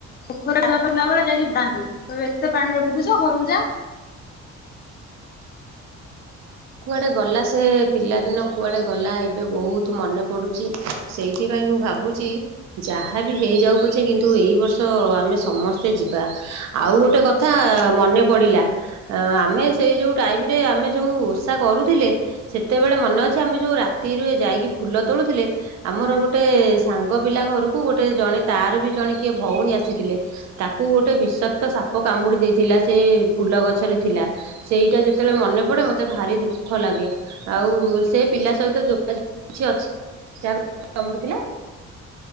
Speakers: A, on the left (about 35°); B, on the right (about 60°).
A: ପୋଖରରେ <unintelligible> ବେଳେ ଯାଇକି ବାଙ୍ଗି କହିବେ ଏତେ ପାଣିରେ ବୁଡୁଚୁ ଘରକୁ ଯା।
B: କୁଆଡେ ଗଲା ସେ ପିଲା ଦିନ କୁଆଡେ ଗଲା ଏବେ ବୋହୁତ ମନେ ପଡୁଚି। ସେଇଥିପାଇଁ ମୁଁ ଭାବୁଚି ଯାହା ବି ହେଇଯାଉ ପଛେ କିନ୍ତୁ ଏଇ ବର୍ଷ ଆମେ ସମସ୍ତେ ଯିବା। ଆଉ ଗୋଟେ କଥା ମନେ ପଡ଼ିଲା ଆମେ ସେଇ ଯୋଉ ଟାଇମରେ ଆମେ ଯଉ ତା କରୁଥିଲେ ସେତେବେଳେ ମନେ ଅଛି ଆମେ ଯୋଉ ରାତିରୁ ଯାଇକି ଫୁଲ ତୋଳୁଥିଲେ। ଆମର ଗୋଟେ ସାଙ୍ଗ ପିଲା ଘରକୁ ଗୋଟେ ଜଣେ ତାର ବି ଜଣେ କିଏ ଭଉଣୀ ଆସିଥିଲେ। ତାକୁ ଗୋଟେ ବିଷାକ୍ତ ସାପ କାମୁଡି ଦେଇଥିଲା ସେ ଫୁଲ ଗଛରେ ଥିଲା। ସେଇଟା ଯେତେବେଳେ ମନେ ପଡେ ମତେ ଭାରି ଦୁଃଖ ଲାଗେ ଆଉ ସେ ପିଲା ସହିତ ଯୋଗାଯୋଗ କିଛି ଅଛି ଯାହାକୁ କାମୁଡିଥିଲା?